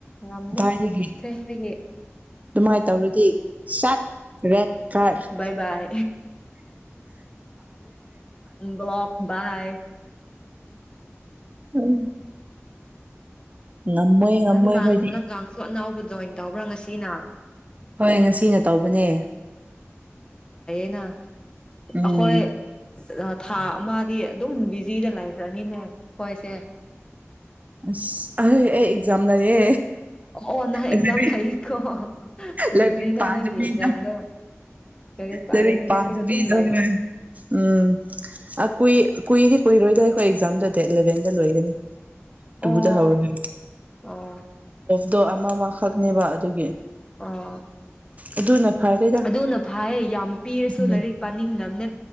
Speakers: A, on the left; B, on the right.
A: ꯉꯝꯗꯦ
B: ꯗꯥꯏꯒꯤ
A: ꯁꯦꯡꯕꯒꯤ
B: ꯑꯗꯨꯃꯥꯏꯅ ꯇꯧꯔꯗꯤ ꯁꯦꯠ ꯔꯦꯠ ꯐꯥꯠ <inaudible>
A: ꯕꯥꯏ ꯕꯥꯏ ꯕ꯭ꯂꯣꯛ ꯕꯥꯏ
B: ꯎꯝ ꯉꯝꯃꯣꯏ ꯉꯝꯃꯣꯏ
A: ꯂꯪꯒꯥꯡ
B: ꯑꯩꯈꯣꯏꯗꯤ
A: ꯂꯪꯒꯥꯡꯁꯨ ꯑꯅꯧꯕ ꯖꯣꯏꯟ ꯇꯧꯕ꯭ꯔꯥ ꯉꯁꯤꯅ
B: ꯍꯣꯏ ꯉꯁꯤꯅ ꯇꯧꯕꯅꯦ
A: ꯅ
B: ꯎꯝ
A: ꯑꯈꯣꯏ ꯔ ꯊꯥ ꯑꯃꯗꯤ ꯑꯗꯨꯝ ꯕꯤꯖꯤꯗ ꯂꯩꯈ꯭ꯔꯅꯤꯅꯦ ꯈꫭꯏꯁꯦ
B: ꯑꯁ ꯑꯩ ꯑꯩ ꯑꯦꯛꯖꯥꯝ‌ ꯂꯩꯌꯦ
A: ꯑꯣ ꯅꯪ ꯑꯦꯛꯖꯥꯝ
B: ꯑꯗꯨꯗꯩ
A: ꯂꯩꯀꯣ ꯀꯨꯏꯗ꯭ꯔꯦꯅ
B: ꯂꯔꯤꯛ ꯄꯥꯗꯕꯤꯅ
A: ꯅꯪꯒꯤ ꯑꯦꯛꯖꯥꯝꯗꯣ ꯂꯥꯏꯔꯤꯛ
B: ꯂꯔꯤꯛ ꯄꯥꯗꯕꯤꯗ
A: ꯁꯤꯗ ꯑꯗꯨꯝ ꯂꯩꯌꯣ
B: ꯎꯝ ꯑ ꯀꯨꯏ ꯀꯨꯏꯗꯤ ꯀꯨꯏ ꯔꯣꯏ ꯑꯗ ꯑꯩꯈꯣꯏ ꯑꯦꯛꯖꯥꯝꯗꯨ ꯗꯦꯠ ꯏꯂꯚꯦꯟꯗ ꯂꯣꯏꯒꯅꯤ ꯇꯨꯗ
A: ꯑꯣ
B: ꯍꯧꯔꯅꯤ
A: ꯑꯣ
B: ꯗꫭ ꯑꯃꯃꯈꯛꯅꯦꯕ ꯑꯗꯨꯒꯤ
A: ꯑꯣ
B: ꯑꯗꯨꯅ ꯐꯔꯦꯗ
A: ꯑꯗꯨꯅ ꯐꯥꯌꯦ ꯌꯥꯝ ꯄꯤꯔꯁꯨ
B: ꯎꯝ
A: ꯂꯥꯏꯔꯤꯛ ꯄꯥꯅꯤꯡꯗꯝꯅꯦ